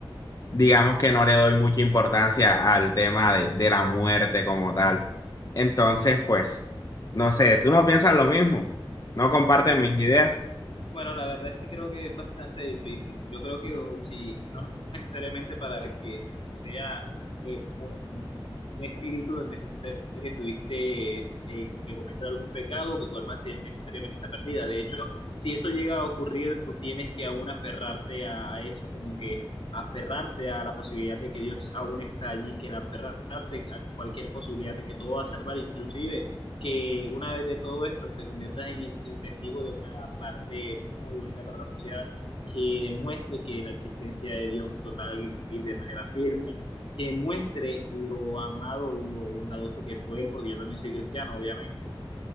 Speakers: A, on the left; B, on the left.
A: digamos que no le doy mucha importancia al tema de, de la muerte como tal. Entonces, pues, no sé, tú no piensas lo mismo, no comparten
B: Bueno,
A: mis ideas.
B: bueno, la verdad es que creo que es bastante difícil. Yo creo que o, si no necesariamente para que te posea eh, un, un, un espíritu necesita que tuviste eh, que cometer algún pecado, que tu alma sí necesariamente está perdida. De hecho, si eso llega a ocurrir, tú tienes que aún aferrarte a a eso, como que aferrarte a la posibilidad de que Dios aún está allí, que el aferrarte a cualquier posibilidad de que todo va a salvar, inclusive que una vez de todo esto se convierta en el en testigo de una parte muy bonita para la sociedad, que demuestre que la existencia de Dios total y de manera firme, que muestre lo amado y lo bondadoso que fue Él, porque yo también soy cristiano, obviamente,